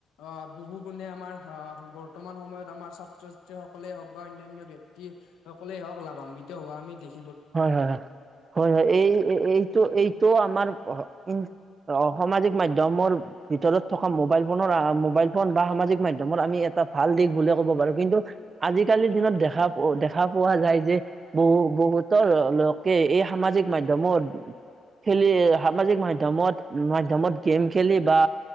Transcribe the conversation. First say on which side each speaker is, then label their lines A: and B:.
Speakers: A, on the left; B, on the right.
A: আ, বহু গুণে আমাৰ আ, বৰ্তমান সময়ত আমাৰ ছাত্ৰ ছাত্ৰী সকলে হওঁক বা অন্যান্য ব্যক্তিয়ে সকলে হওঁক লাভান্বিত হোৱা আমি দেখি
B: হয় হয় হয় হয় হয় এই এ, এইটো এইটো আমাৰ <unintelligible> অ', সমাজিক মাধ্যমৰ ভিতৰত থকা মোবাইল ফোনৰ আ আ, মোবাইল ফোন বা সামাজিক মাধ্যমৰ আমি এটা ভাল দিশ বুলিয়ে ক'ব পাৰোঁ কিন্তু আজিকালিৰ দিনত দেখা পো দেখা পোৱা যায় যে বহু বহুত <unintelligible> লোকে এই সামাজিক মাধ্যমত খেলি সামাজিক মাধ্যমত মাধ্যমত গেম খেলি বা